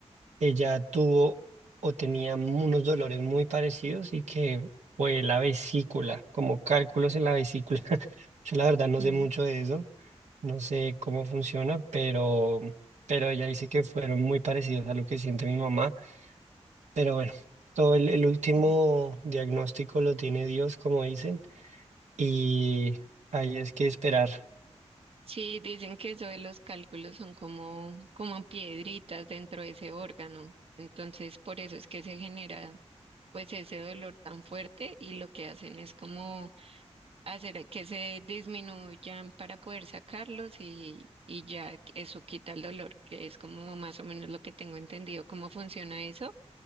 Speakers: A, on the right (about 80°); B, on the right (about 55°).
A: Ella tuvo o tenía unos dolores muy parecidos y que fue la vesícula, como cálculos en la vesícula. <laughs> Yo la verdad no
B: mm,
A: sé mucho de eso, no sé cómo funciona, pero, pero ella dice que fueron muy parecidos a lo que siente mi mamá. Pero bueno, todo el, el último
B: mm.
A: diagnóstico lo tiene Dios, como dicen, y ahí es que esperar.
B: Sí, dicen que eso de los cálculos son como, como piedritas dentro de ese órgano. Entonces, por eso es que se genera pues ese dolor tan fuerte y lo que hacen es como hacer que se disminuyan para poder sacarlos y, y ya eso quita el dolor, que es como más o menos lo que tengo entendido cómo funciona eso.